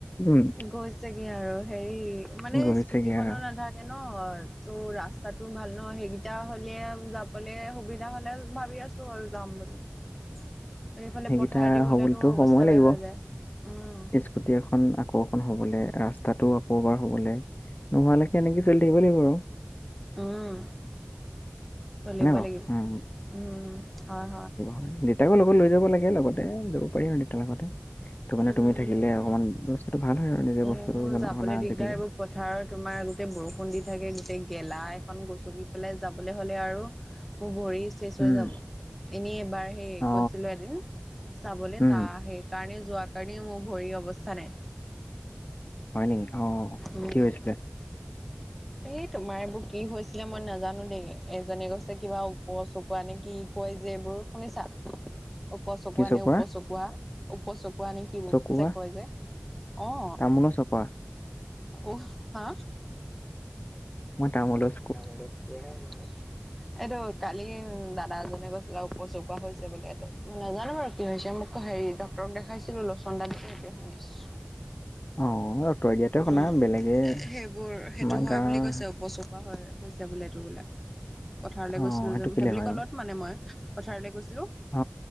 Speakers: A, on the left; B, in the centre.
A: উম।
B: গৈছেগে আৰু, হেৰি মানে
A: গৈছেগে
B: স্কুটি খনো
A: আৰু
B: নাথাকে ন', ত' ৰাস্তাটো ভাল নহয় সেইকেইটা হ'লে যাবলৈ সুবিধা হ'লে ভাবি আছোঁ। আৰু যাম বুলি। সেইফালে
A: সেইকেইটা
B: পথাৰেদি
A: হ'বলেতো
B: গ'লেটো অৱস্থা
A: সময় লাগিব।
B: বেয়া হৈ যায়, উম।
A: স্কুটি এখন আকৌ এখন হ'বলৈ, ৰাস্তাতটো আকৌ এবাৰ হ'বলৈ নোহোৱালৈকে, এনেকে চলি থাকিব লাগিব আৰু।
B: উম, চলিব
A: হয়নে বাৰু?
B: লাগিব।
A: উম।
B: উম হয়
A: হয়, দেউতাকো লগত লৈ যাব লাগে লগতে, যাব পাৰি আৰু দেউতাৰ লগতে। ত ', মানে
B: উম
A: তুমি থাকিলে অকণমান বস্ত্তটো ভাল হয় আৰু, নিজে
B: মোৰ
A: বস্তুটো জনা
B: যাবলৈ
A: শুনা
B: দিগদাৰ
A: আজিকালি
B: এইবোৰ পথাৰত তোমাৰ গোটেই বৰষুণ দি থাকে, গোটেই গেলা, এখন গচকি পেলাই যাবলৈ হ'লে আৰু মোৰ ভৰি চেচ
A: উম
B: হৈ যাব, এনেই এবাৰ সেই
A: অ
B: গৈছিলোঁ এদিন, চাবলৈ
A: উম
B: তাৰ সেই সেইকাৰণে যোৱা কাৰণেই, মোৰ ভৰি অৱস্থা নাই।
A: হয় নেকি, অ',
B: উম
A: কি হৈছিলে?
B: এই তোমাৰ এইবোৰ কি হৈছিলে মই নাজানোঁ দেই, এজনে কৈছে কিবা ওপ চকুৱা নে কি কয় যে এইবোৰ শুনিছাঁ, ওপ চকুৱা
A: কি চপোৱা
B: নে, উপ চকুৱা উপ চক কোৱা নেকি,
A: চকোৱা
B: যে কয় যে, অ',
A: তামোলৰ চপোৱা
B: উ, হা
A: মই তামুলত
B: গামলে ম <unintelligible> এইটো কালি দাদা এজনে কৈছিলে, উপ চকুৱা হৈছে বোলে এইটো, মই নাজানো বাৰু কি হৈছে মোক হেৰি, ডক্তৰক দেখাইছিলোঁ, লোচন দাক যে, সেইটোৱে সানি আছোঁ।
A: অ তই দিয়াতে শুনা
B: উম,
A: বেলেগে
B: সেইবোৰ সেইটো
A: আমাৰ
B: হয়
A: গাঁৱৰ
B: বুলি কৈছে, উপ কোৱা হয় হৈছে বোলে এইটো বোলে, পথাৰলৈ
A: অ
B: গৈছিলোঁ
A: সেইটো
B: যে
A: কেলে
B: সেইবুলি
A: হয়
B: ক'লত মানে মই, পথাৰলৈ গৈছিলোঁ
A: অ